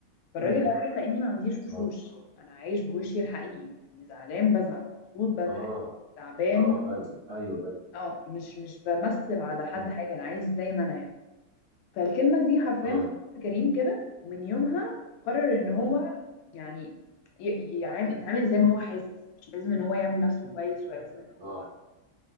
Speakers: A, on the left; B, on the right.
A: فالراجل
B: مم.
A: قال له لاني ما عنديش وشوش
B: اه
A: انا عايش بوشي الحقيقي يعني زعلان بزعل مبسوط بضحك
B: اه
A: تعبان
B: اه ايوه ايوه ايوه
A: اه مش مش بمثل على حد
B: مم.
A: حاجه انا عايش زي ما انا يعني فالكلمة دي حرفيا
B: اه
A: خلصت كريم كده ومن يومها قرر ان هو
B: مم.
A: يعني ي- يعام- يتعامل زي ما هو حاسس مش لازم ان هو يعمل نفسه كويس ولا لازم ان هو
B: اه